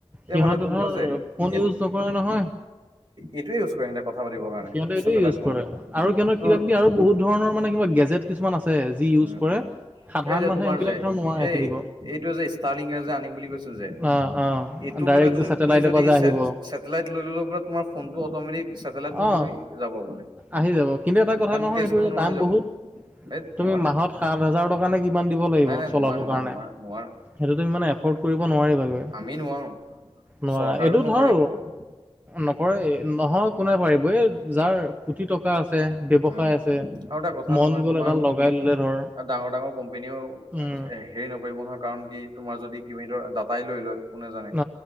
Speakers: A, on the right; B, on the right.
A: এই
B: সিহঁতে
A: মানে কোনোবা
B: ধৰ,
A: যে
B: ফোন
A: এই
B: ইউজ নকৰে নহয়।
A: এইটোৱে ইউজ কৰে সিহঁতে কথা পাতিবৰ কাৰণে
B: সিহঁতে এইটোয়ে
A: চেটেলাইট
B: ইউজ
A: ফোনটো।
B: কৰে। আৰু সিহঁতৰ কিবা
A: অ',
B: কিবি আৰু বহুত ধৰণৰ মানে কিবা গেজেট কিছুমান আছে। যি ইউজ
A: উম,
B: কৰে।
A: উম।
B: সাধাৰণ
A: এই যে
B: মানুহে
A: তোমাৰ
B: সেইবিলাক
A: যে,
B: ধৰ নোৱাৰে
A: এই
B: কিনিব।
A: এইটোৱে যে ষ্টাৰ লিং যে আনিম বুলি কৈছিল যে।
B: অ', অ',
A: টো
B: ডাইৰেক্ট
A: বোলে তু
B: যে ছেটেলাইটৰ
A: তুমি যদি
B: পৰা যে আহিব।
A: চেটালাইক লৈ ললে তুমাৰ ফোনটো অট'মেটিক চেটেলাইট ফোন
B: অ',
A: হৈ যাব বোলে
B: আহি যাব কিন্তু এটা কথা
A: কাৰণ
B: নহয়
A: টেষ্ট
B: সেইটো
A: কৰিব
B: যে
A: নোৱাৰা
B: দাম
A: হৈ যাব।
B: বহুত
A: এই
B: তুমি
A: নোৱাৰা
B: মাহত সাত হাজাৰ টকা নে কিমান দিব লাগিব
A: নাই নাই
B: চলাব
A: নোৱাৰা নোৱাৰা
B: কাৰনে
A: নোৱাৰা নোৱাৰা
B: সেইটো তুমি এফৰ্ড কৰিব নোৱাৰিবা-
A: আমি নোৱাৰো।
B: নোৱাৰা
A: চৰকাৰেও
B: এইটো
A: নকৰে
B: ধৰ
A: এপৰ্ট
B: নকৰে নহক একো নাই পাৰিব এই যাৰ কোটি টকা আছে ব্যৱসায়
A: উম,
B: আছে
A: আৰু এটা কথা
B: মন
A: নহয়
B: গ'ল
A: তোমাক
B: এটা লগাই ললে ধৰ
A: ডাঙৰ ডাঙৰ কোম্পেনীও হেৰি
B: উম
A: নকৰিব নহয় কাৰণ কি তোমাৰ যদি কিবি ধৰ ডাটাই লৈ লয় কোনে জানে
B: ন